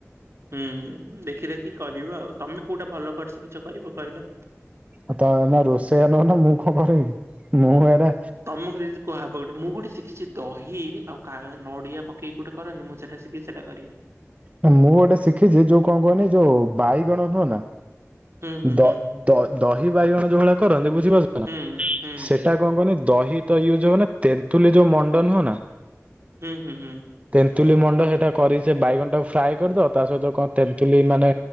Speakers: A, on the right; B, on the right.
A: ହୁଁ ଦେଖି ଦେଖି କରିବା ଆଉ, ତମେ କୋଉଟା ଭଲ କରି ଶିଖିଛ କରିବ କହିଲ।
B: ଆଉ ତା ନା ରୋଷେଇଆ ନବ ନା ମୁଁ କଣ କରିବି। ଏରା
A: ତମକୁ ଏଇଯୋଉ କୁହାହବ ଗୋଟେ, ମୁଁ ଗୋଟେ ଶିଖିଛି ଦହି ଆଉ ନଡିଆ ପକେଇି ଗୋଟେ କରନ୍ତି ମୁଁ ସେଇଟା ଶିଖିଛି ସେଟା କରିବା।
B: ନା ମୁଁ ଗୋଟେ ଶିଖିଛି ଯୋଉ କଣ କୁହନି ଯୋଉ ବାଇଗଣ ନୁହଁ ନା
A: ହୁଁ ହୁଁ
B: ଦ
A: ହୁଁ
B: ଦ ଦହି ବାଇଗଣ ଯୋଉ ଭଳିଆ କରନ୍ତି ବୁଝିପାରୁଛ ନା,
A: ହୁଁ
B: ସେ
A: ହୁଁ
B: ସେଟା କଣ କହନି ଦହି ତ ୟୁଜ ହୁଏନା ତେନ୍ତୁଲି ଯୋଉ ମଣ୍ଡ ନୁହଁ ନା।
A: ହୁଁ ହୁଁ ହୁଁ।
B: ତେନ୍ତୁଲି ମଣ୍ଡ ସେଇଟା କରି ସେ ବାଇଗଣ ଟାକୁ ଫ୍ରାଏ କରିଦବ, ତା ସହିତ କଣ ତେନ୍ତୁଲି ମାନେ।